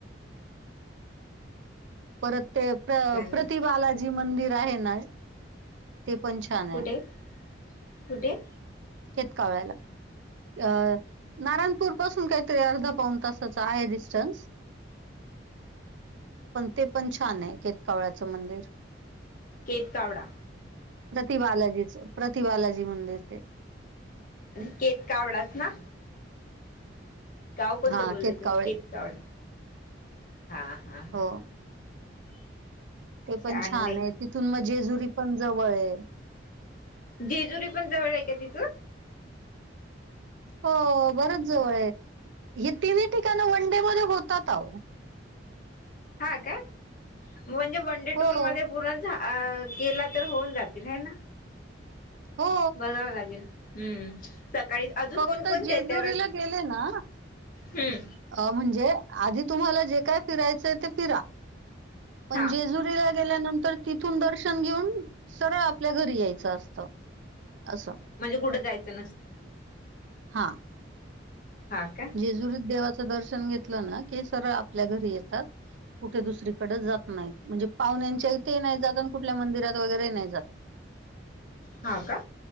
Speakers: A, on the right; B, on the left.
A: परत ते प्र
B: चांगलं
A: प्रतिबालाजी मंदिर आहे ना! ते पण छान
B: कुठे
A: आहे.
B: कुठे?
A: केतकावळ्याला अ नारायणपूर पासून काहीतरी अर्धा पाऊन तासाच आहे. डिस्टन्स पण ते पण छान आहे. केतकावळ्याचं मंदिर
B: केतकावडा?
A: प्रति बालाजीच प्रतिबालाजी मंदिर ते
B: आणि केतकावडाच ना? गाव कोणतं
A: हा
B: बोललय
A: केतकावळे
B: तुम्ही केतकाठा हा हा हा
A: हो ते
B: चांगलंय
A: पण छान आहे. तिथून मग जेजुरी पण जवळ आहे.
B: जेजुरी पण जवळ आहे का तिथून!
A: हो बरच जवळ आहे. हे तिन्ही ठिकाण वनडे मध्ये होतात आहो
B: हा काय म्हणजे वनडे
A: हो
B: टूरमध्ये पूर्ण जा गेला तर होऊन जातील हे ना
A: हो
B: बघावं लागेल. हम्म सकाळी अजून
A: फक्त
B: कोणकणत
A: जेजुरीला
B: त्या रस्स
A: गेले ना
B: हम्म
A: अ म्हणजे आधी तुम्हाला जे काय फिरायचंय. ते फिरा पण
B: हा
A: जेजुरीला गेल्यानंतर तिथून दर्शन घेऊन. सरळ आपल्या घरी यायचं असत असं!
B: म्हणजे कुठं जायचं नसतं.
A: हा
B: हा का!
A: जेजुरीत देवाचं दर्शन घेतलं ना! कि सरळ आपल्या घरी येतात. कुठे दुसरीकडेच जात नाहीत. म्हणजे पाहुण्यांच्या इथे नाही जात. आणि कुठल्या मंदिरात वगैरेही नाही जात.
B: हा का